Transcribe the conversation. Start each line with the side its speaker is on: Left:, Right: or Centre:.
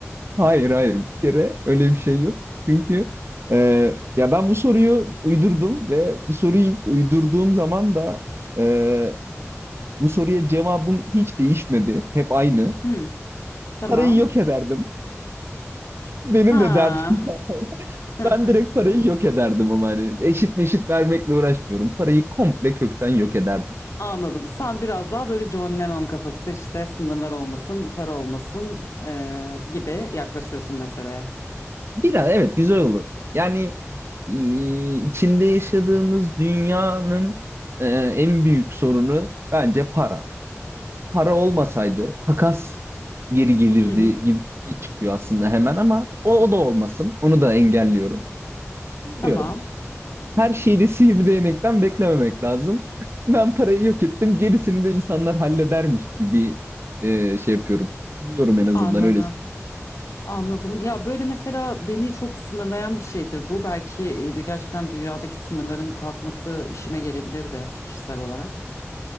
Right: Hayır hayır bir kere öyle bir şey yok. Çünkü e, ya ben bu soruyu uydurdum ve bu soruyu ilk uydurduğum zaman da e, bu soruya cevabım hiç değişmedi. Hep aynı.
Left: Hmm, tamam.
Right: Parayı yok ederdim. Benim
Left: Ha.
Right: de derdim. <laughs>
Left: <laughs>
Right: Ben direkt parayı yok ederdim ama hani eşit meşit vermekle uğraşmıyorum. Parayı komple kökten yok ederdim.
Left: Anladım. Sen biraz daha böyle John Lennon kafası işte sınırlar olmasın, para olmasın e, gibi yaklaşıyorsun meseleye.
Right: Biraz evet güzel olur. Yani e, içinde yaşadığımız dünyanın e, en büyük sorunu bence para. para olmasaydı takas geri gelirdi
Left: Hı hı.
Right: gibi bir şey çıkıyor aslında hemen ama o, o da olmasın. Onu da engelliyorum. Bilmiyorum.
Left: Tamam.
Right: Her şeyi de sihirli değnekten beklememek lazım. Ben parayı yok ettim. Gerisini de insanlar halledermiş gibi e, şey yapıyorum. Umuyorum en azından
Left: Anladım.
Right: öyle söyleyeyim.
Left: Anladım. Ya böyle mesela beni çok sınırlayan bir şeydir bu. Belki e, gerçekten dünyadaki sınırların kalkması işime gelebilir de kişisel olarak.